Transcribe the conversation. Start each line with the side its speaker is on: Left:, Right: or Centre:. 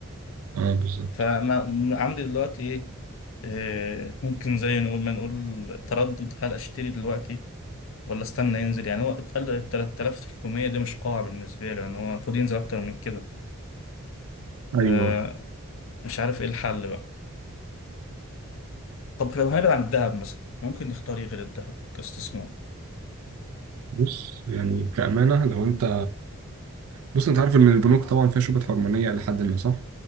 Right: اه بالظبط
Left: فأنا عندي دلوقتي إيه آه، ممكن زي نقول ما نقول تردد هل أشتري دلوقتي ولا استنى ينزل يعني هو اتقل ال 3300 دي مش قاعة بالنسبة له يعني هو المفروض ينزل أكتر من كده آه،
Right: ايوه
Left: مش عارف إيه الحل بقى طب لو هنبعد عن الذهب مثلا ممكن نختار إيه غير الذهب كاستثمار
Right: بص يعني كأمانة لو انت بص انت عارف ان البنوك طبعا فيها شبهة حرمانية لحد ما صح؟